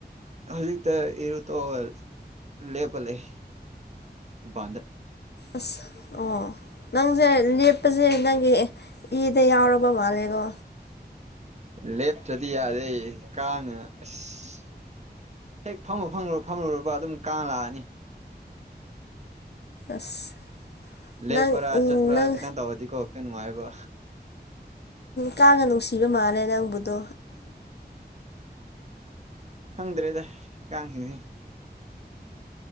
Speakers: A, on the right (about 40°); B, on the left (about 70°).
A: ꯍꯧꯖꯤꯛꯇ ꯏꯔꯨ ꯇꯣꯛꯑꯒ ꯂꯦꯞꯄ ꯂꯩ ꯃꯄꯥꯟꯗ
B: ꯑꯁ ꯑꯣ ꯅꯪꯁꯦ ꯂꯦꯞꯄꯁꯦ ꯅꯪꯒꯤ ꯏꯗ ꯌꯥꯎꯔꯕ ꯃꯥꯜꯂꯦꯀꯣ
A: ꯂꯦꯞꯇ꯭ꯔꯗꯤ ꯌꯥꯗꯦ ꯀꯥꯡꯅ ꯑꯁ ꯍꯦꯛ ꯐꯪꯃꯨ ꯐꯪꯃꯨ ꯐꯝꯃꯨꯔꯕ ꯑꯗꯨꯝ ꯀꯥꯡ ꯂꯥꯛꯑꯅꯤ
B: ꯑꯁ
A: ꯂꯦꯞꯄꯔ
B: ꯅꯪ ꯎꯝ
A: ꯆꯠꯄꯔ
B: ꯅꯪ
A: ꯈꯤꯇꯪ ꯇꯧꯔꯗꯤꯀꯣ ꯈꯤꯇꯪ ꯅꯨꯡꯉꯥꯏꯌꯦꯕ
B: ꯀꯥꯡꯅ ꯅꯨꯡꯁꯤꯕ ꯃꯥꯜꯂꯦ ꯅꯪꯕꯨꯗꯣ
A: ꯈꯪꯗ꯭ꯔꯦꯗ ꯀꯥꯡꯁꯤꯡꯁꯦ